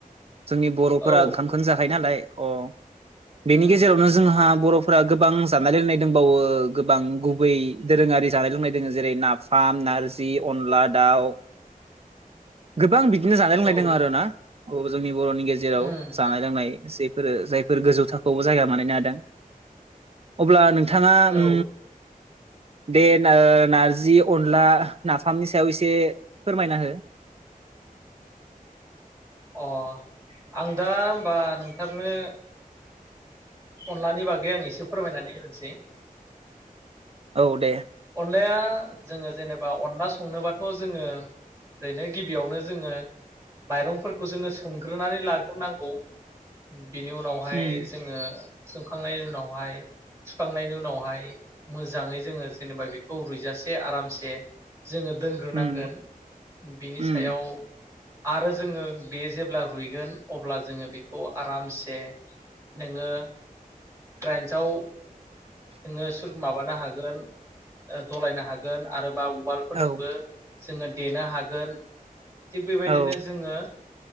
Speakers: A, on the right (about 45°); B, on the right (about 20°).
A: जोंनि बर'फोरा
B: औ
A: ओंखामखौनो जाखायो नालाय अ बेनि
B: उम
A: गेजेरावनो जोंहा बर'फोरा गोबां जानाय लोंनाय दंबावो गोबां गुबै दोरोङारि जानाय लोंनाय दोङो जेरै नाफाम नारजि अनला दाउ गोबां बि बिदिनो जानाय लोंनाय
B: औ
A: दों आरो ना औ जोंनि बर'नि गेजेराव
B: उम
A: जानाय लोंनाय जे फोरो जाय फोर गोजौ थाखोआवबो जायगा मोनहैनो हादों अब्ला नों बिथाङा ओम
B: औ
A: दे नो नारजि अनला नाफामनि सायाव एसे फोरमायना हो
B: अ आं दा होमबा नोंथांनो अनलानि बागै आं एसे फोरमायनानै होनोसै
A: औ दे
B: अनलाया जोङो जेनेब बा अनला संनोबाथ जोङो ओरैनो गिबियावनो जोङो माइरंफोरखौ जोङो सोमग्रोनानै लाग्रोनांगौ बिनि उनावहाय
A: उम
B: जोङो सोमखांनायनि उनावहाय सुखांनायनि उनावहाय मोजाङै जोङो जेनेबा बेखौ रुयजासे आरामसे जोङो दोनग्रोनांगोन
A: उम
B: बिनि
A: उम
B: सायाव आरो जोङो बे जेब्ला रुइगोन अब्ला जोङो बेखौ आरामसे नोङो ग्राइन्साव नोङो सुर माबानो हागोन गोन ओ दलायनो हागोन आरो बा उवालफोरजोंबो
A: औ
B: जोङो देनो हागोन थिग बेबायदिनो
A: औ
B: जोङो